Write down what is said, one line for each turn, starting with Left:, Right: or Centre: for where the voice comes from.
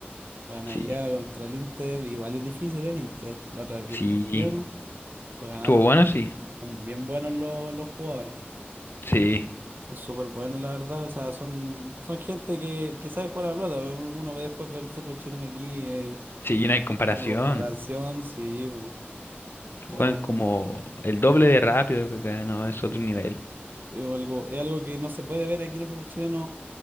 Right: Juegan
Left: Sí,
Right: allá contra el Inter. Igual es difícil el Inter. La otra vez
Left: sí.
Right: vi el partido. Juegan
Left: ¿Estuvo
Right: harto.
Left: bueno? Sí,
Right: Son bien buenos los, los jugadores.
Left: sí.
Right: Son súper buenos, la verdad. O sea, son, son gente que, que sabe jugar a la pelota. Uno ve después ver el fútbol chileno aquí. eh,
Left: Sí, no hay comparación.
Right: Una comparación, sí, bo. Es
Left: Juegan
Right: un-
Left: como el doble de rápido que acá, no, es
Right: sí.
Left: otro nivel.
Right: Es algo, es algo que no se puede ver aquí en el fútbol chileno.